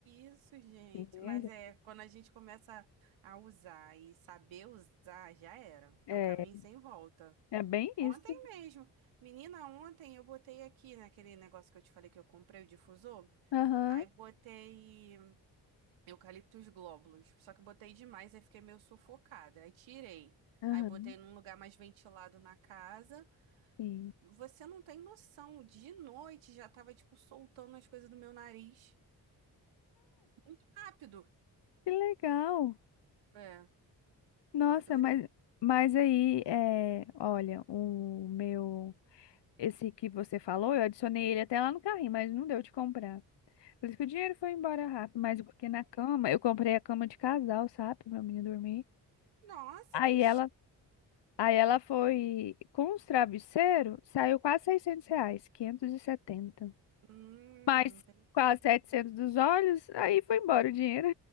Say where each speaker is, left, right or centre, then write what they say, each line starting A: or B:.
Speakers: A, on the right; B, on the left.
A: isso, gente.
B: Beleza.
A: Mas é, quando a gente começa a usar e saber usar, já era.
B: É,
A: É um caminho sem volta.
B: é bem isso.
A: Ontem mesmo, menina, ontem eu botei aqui naquele negócio que eu te falei que eu comprei o difusor,
B: Aham,
A: aí botei eucaliptos glóbulos. Só que eu botei demais, aí fiquei meio sufocada. Aí tirei.
B: aham,
A: Aí botei num lugar mais ventilado na casa.
B: sim.
A: Você não tem noção, de noite já tava tipo soltando as coisas do meu nariz. Muito rápido.
B: Que legal.
A: É.
B: Nossa,
A: Eu adorei.
B: mas, mas aí, é, olha, o meu, esse que você falou, eu adicionei ele até lá no carrinho, mas não deu de comprar. Por isso que o dinheiro foi embora rápido, mas porque na cama, eu comprei a cama de casal, sabe, pra meu menino dormir.
A: Nossa,
B: Aí
A: que. es-
B: ela, aí ela foi, com os travesseiros, saiu quase 600 reais, 570.
A: Hum,
B: Mas
A: entendi.
B: quase 700 dos olhos, aí foi embora o dinheiro.